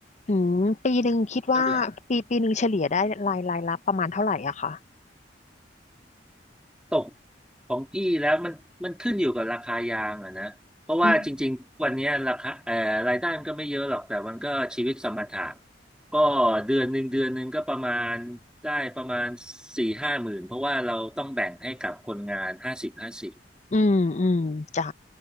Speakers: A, on the left (about 40°); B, in the centre.
A: อืมปีหนึ่งคิดว่าปีปีหนึ่งเฉลี่ยได้รายรายรับประมาณเท่าไหร่อะคะ
B: ก็เหลือ ตกของพี่แล้วมันมันขึ้นอยู่กับราคายางอะนะเพราะว่าจริงๆวันเนี้ยราคาเอ่อรายได้มันก็ไม่เยอะหรอกแต่มันก็ชีวิตสมถะ
A: อืม
B: ก็เดือนหนึ่งเดือนหนึ่งก็ประมาณได้ประมาณสี่ห้าหมื่นเพราะว่าเราต้องแบ่งให้กับคนงานห้าสิบห้าสิบ
A: อืมอืมจ้ะ